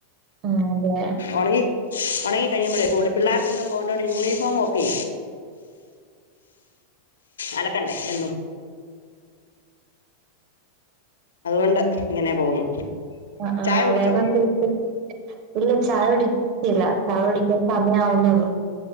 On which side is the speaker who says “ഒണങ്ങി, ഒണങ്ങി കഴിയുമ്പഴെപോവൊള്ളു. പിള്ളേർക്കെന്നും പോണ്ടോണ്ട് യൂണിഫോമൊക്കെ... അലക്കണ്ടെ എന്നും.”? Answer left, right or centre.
Left